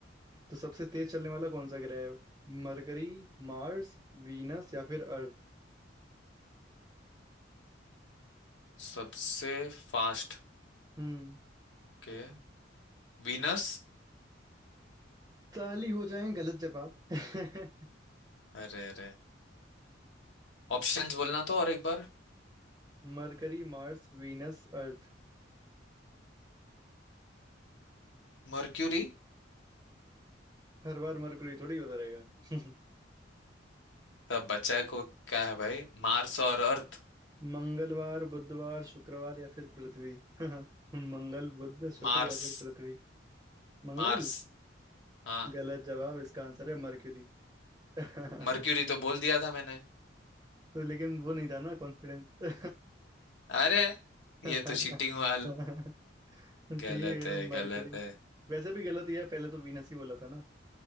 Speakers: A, on the right; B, on the left.
A: तो सबसे तेज चलने वाला कौन सा ग्रह है मरकरी मार्स वीनस या फिर अर्थ
B: सबसे फास्ट
A: हम्म
B: के वीनस
A: ताली हो जाए गलत जवाब <laughs>
B: अरे अरे ऑप्शंस बोलना तो और एक बार
A: Mercury Mars Venus Earth
B: मर्क्यूरी
A: हर बार मरकरी थोड़ी होता रहेगा <laughs>
B: तब बचा है को क्या है भाई मार्स और अर्थ
A: मंगलवार बुधवार शुक्रवार या फिर पृथ्वी <laughs> मंगल बुध शुक्र
B: मार्स
A: या फिर पृथ्वी मंगल
B: मार्स हाँ
A: गलत जवाब इसका आंसर है मर्क्यूरी <laughs>
B: मर्क्यूरी तो बोल दिया था मैंने
A: तो लेकिन वो नहीं था ना कॉन्फिडेंस
B: अरे
A: <laughs>
B: ये तो चीटिंग
A: ठीक
B: वाल गलत
A: है
B: है
A: मरकरी
B: गलत है
A: वैसे भी गलत ही है पहले तो वीनस ही बोला था ना